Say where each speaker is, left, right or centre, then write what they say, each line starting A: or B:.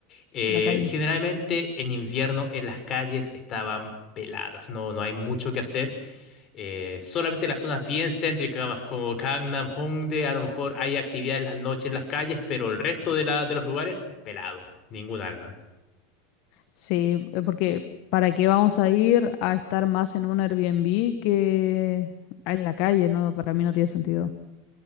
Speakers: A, on the left; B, on the left.
A: Eh,
B: La calle.
A: generalmente en invierno en las calles estaban peladas, no, no hay mucho que hacer. Eh, solamente las zonas bien céntricas, más como Gangnam, Hongdae, a lo mejor hay actividad en las noches en las calles, pero el resto de, la, de los lugares, pelado, ningún alma.
B: Sí, eh, porque ¿para qué vamos a ir a estar más en un Airbnb que en la calle? No, para mí no tiene sentido.